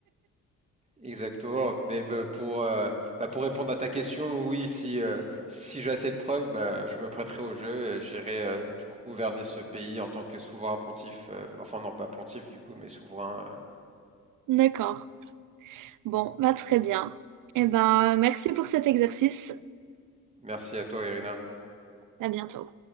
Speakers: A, on the right; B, on the right.
A: exactement. Mais bah, pour euh, bah, pour répondre à ta question, oui, si euh, si j'ai assez de preuves, bah, je me prêterai au jeu et j'irai euh, du coup gouverner ce pays en tant que souverain pontife. euh, enfin non, pas pontife du coup, mais souverain. euh.
B: D'accord. Bon, bah très bien. Eh ben, merci pour cet exercice.
A: Merci à toi, Irina.
B: À bientôt.